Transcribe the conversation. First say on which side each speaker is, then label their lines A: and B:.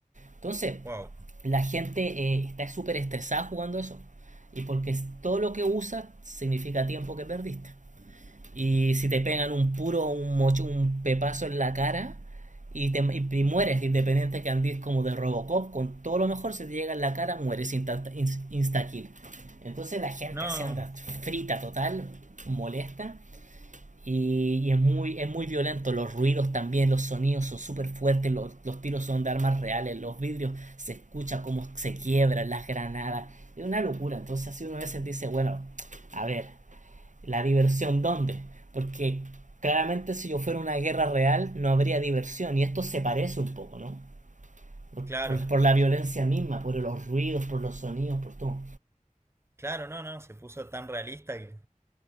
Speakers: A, on the right (about 65°); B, on the right (about 20°).
A: Entonces,
B: Wow.
A: la gente eh, está súper estresada jugando eso. Y porque es- todo lo que usas significa tiempo que perdiste. Y si te pegan un puro, un mocho, un pepazo en la cara y, te, y, y mueres, independiente que andes como de Robocop, con todo lo mejor, se te llega en la cara, mueres insta, insta kill. Entonces la gente
B: No,
A: se anda frita total, molesta. Y, y es, muy, es muy violento, los ruidos también, los sonidos son súper fuertes, los, los tiros son de armas reales, los vidrios se escucha cómo se quiebran, las granadas, es una locura. Entonces así uno a veces dice, bueno, a ver, ¿la diversión dónde? Porque claramente si yo fuera una guerra real no habría diversión y esto se parece un poco, ¿no? Por,
B: claro,
A: por, por la violencia misma, por los ruidos, por los sonidos, por todo.
B: claro, no, no, se puso tan realista que...